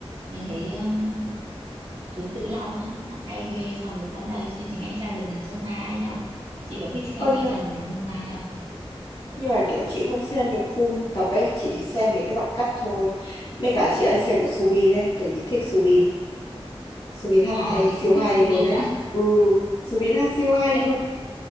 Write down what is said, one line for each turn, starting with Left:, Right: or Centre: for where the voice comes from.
Right: anh thấy um, chú Tự Long ấy, hát hay ghê so với tham gia cái chương trình Anh trai vượt ngàn chông gai ấy nhở? chị có thích xem
Left: Ôi
Right: Anh
Left: nhưng
Right: trai vượt ngàn chông gai không
Left: nhưng mà kiểu chị không xem được full tập ấy chị chỉ xem mấy cái đoạn cắt thôi mấy cả chị ấy xem của Subin ấy tại vì thích Subin Subin hát
Right: ờ
Left: hay
Right: chị
Left: siêu
Right: cũng
Left: hay
Right: thích Soin
Left: luôn đấy
Right: à
Left: ừ Subin hát siêu hay
Right: <laughs>
Left: luôn
Right: Ê,